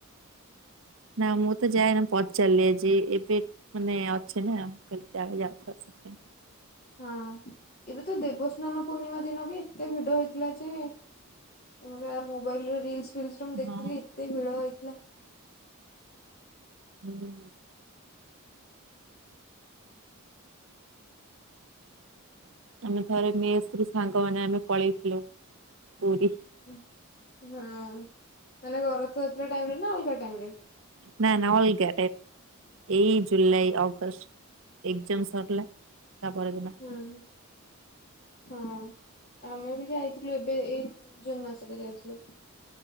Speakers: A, on the right; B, on the left.
A: ନା ମୁଁ ତ ଯାଏନା ପଚାରିଲି ଆଜି ଏବେ। ମାନେ ଅଛେ ନା ମୁଁ କହିଲି କାଳେ ଯାଉଥିବ ସେ
B: ହଁ ଏବେ ତ ଦେବସ୍ନାନ ପୂର୍ଣ୍ଣିମା ଦିନ ବି ଏତେ ଭିଡ ହେଇଥିଲା ଯେ। ମୁଁ ମୋବାଇଲ ରିଲ୍ସ ଫିଲ୍ସରେ ମୁଁଦେଖିଥିଲି
A: ହଁ
B: ଏତେ ଭିଡ ହେଇଥିଲା।
A: ହୁଁ, ଆମେ ଥରେ ମେସ୍ ରୁ ସାଙ୍ଗମାନେ ଆମେ ପଳେଇଥିଲୁ ପୁରୀ,
B: ହଁ ମାନେ କଣ ରଥଯାତ୍ରା ଟାଇମ୍ ରେ ନା ଅଲଗା ଟାଇମ୍ ରେ,
A: ନା ନା ଅଲଗା ଏଇ ଜୁଲାଇ ଅଗଷ୍ଟ, ଏକ୍ ଯାମ୍ ସରିଲା ତାପର ଦିନ
B: ହଁ ହଁ, ଆମେ ବି ଯାଇଥିଲୁ ଏବେ ଏଇ ଜୁନ୍ ମାସରେ ଯାଇଥିଲୁ।